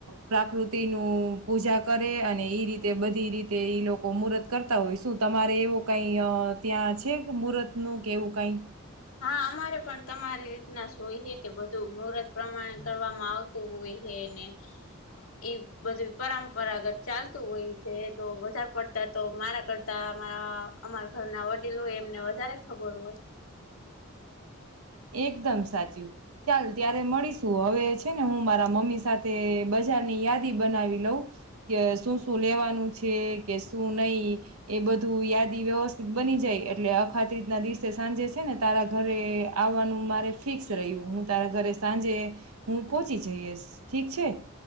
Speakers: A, on the right; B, on the left.
A: પ્રાકૃતિનું પૂજા કરે અને ઈ રીતે બધ બધી રીતે ઈ લોકો મુૂત કરતા હોય શું તમારે એવું કઈ ત્યાં છે મુૂત નું કે એવું કઈ
B: હા અમારે પણ તમારી રીતના શય છે કે બધું મુહર્ત પ્રમાણે કરવામાં આવતું હોય છેને એ બધી પરંપરાગત ચાલતું હોય છે તો વધારે પડતા તો મારા કરતારા અમારા ઘરના વડીલો હો એમને વધારે ખબર હોય
A: એકદમ સાચું ચાલ ત્યારે મળી શું આવેવે છે ને હું મારા મમ્મી સાથે બજારની યાદી બનાવી લઉં કે શું શું લેવાનું છે કે શું નહીિ એ બધું યાદી વ્યવસ્થિત બની જાય એટલે અખાત રીતના દિવસે સાંજે છે ને તારા ઘરે આવવાનું મારે ફિક્સ રહ્યું હું તારા ઘરે સાંજે હું પહોચી જઈશ ઠીક છે